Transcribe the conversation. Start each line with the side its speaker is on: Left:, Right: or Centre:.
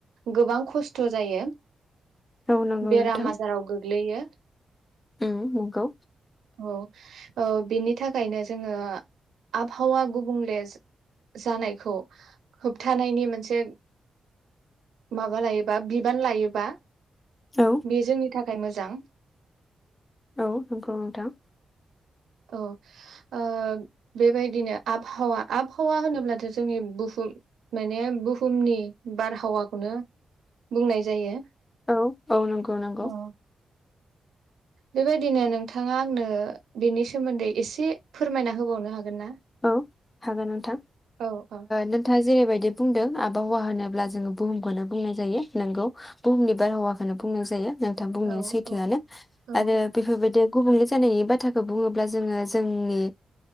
Right: गोबां खस्थ' जायो
Left: औ नंगौ
Right: बेराम
Left: नोंथां
Right: आजाराव गोग्लैयो
Left: उम नंगौ
Right: औ बिनि थाखायनो जोङो आबहावा गुबुंले जानायखौ होबथानायनि मोनसे माबा लायो बा बिबान लायोबा
Left: औ
Right: बेयो जोंनि थाखाय मोजां जां
Left: औ नंगौ नोंथां
Right: औ बेबायदिनो आबहावा आबहावा होनोब्लाथ जोंनि बुहुम माने बुहुमनि बारहावाखौनो बुंनाय जायो
Left: औ औ नंगौ नंगौ
Right: अ बेबायदिनो नोंथाङा आंनो बेनि सोमोन्दै एसे फोरमायना होबावनो हागोन ना
Left: औ हागोन नोंथां
Right: औ औ
Left: नोंथाङा जेरैबायदि बुंदों आबहावा होनोब जोङो बुहुमखौनो बुंनाय जायो नोंगौ बुहुमनि बारहावाखौनो बुंनाय जायो नोंथां बुंनाया
Right: औ
Left: सैथोआनो
Right: औ औ
Left: आरो बेफोरबायदि गुबुंले जानायनि बाथ्राखौ बुङोब्ला जोङो जोंनि